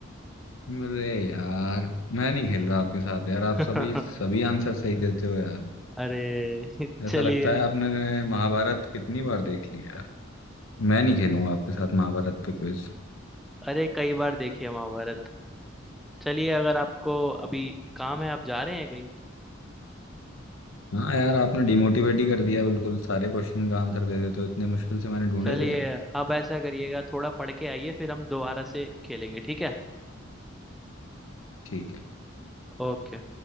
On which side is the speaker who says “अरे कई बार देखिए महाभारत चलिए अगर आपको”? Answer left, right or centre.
Centre